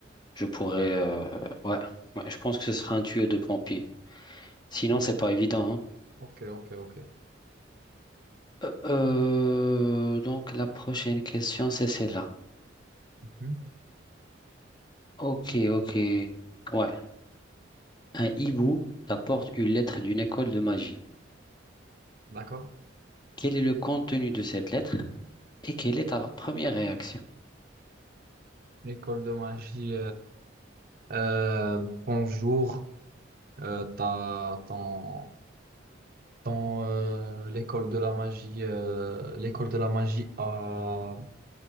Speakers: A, on the left; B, on the right.
A: je pourrais, euh, ouais, ouais, je pense que ce sera un tuyau de pompier. Sinon,
B: Ok,
A: c'est pas évident, hein.
B: ok, ok, ok.
A: Euh, euh, donc, la prochaine question, c'est celle-là.
B: Mhm.
A: Ok, ok. Ouais. Un hibou t'apporte une lettre d'une école de magie.
B: D'accord.
A: Quel est le contenu de cette lettre et quelle est ta première réaction?
B: L'école de magie. Euh, bonjour, euh, t'as, ton, ton, euh, l'école de la magie, euh, l'école de la magie a,